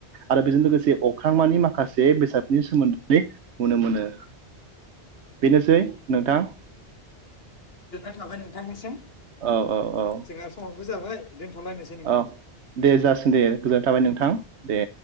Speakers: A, on the right (about 75°); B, on the left (about 60°).
A: आरो बेजों लोगोसे अख्रांमानि माखासे बेसादनि सोमोन्दै नुनो मोनो। बेनोसै नोंथां
B: गोजोननाय थाबाय नोंथांनिसिम
A: औ औ औ
B: जोंहा समावबो जाबाय दोन्थ'लायनोसै नोंथां
A: औ दे जासिगोन दे गोजोनथाबाय नोंथां दे।